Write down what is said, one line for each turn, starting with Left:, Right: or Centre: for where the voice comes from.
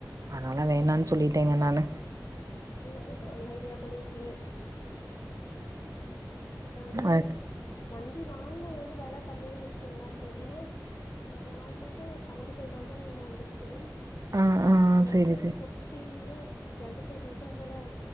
Right: அதனால வேணான்னு சொல்லிட்டேங்க நானு
Left: ல்லது தா நல்ல ஐடியா பண்ணிருக்கீங்க நாங்கயே
Right: அ
Left: வண்டி வாங்கினது வந்து வெல கம்மிதானு வச்சுக்கோங்களே இப்ப எப்டின்னா நாங்க வாங்கும்போது செவன்டி பைவ் தௌசண்ட் என்மோ வந்துச்சு
Right: ஆ ஆ
Left: அதுல
Right: செரி
Left: வந்து
Right: செரி
Left: fifty twenty five thousand போல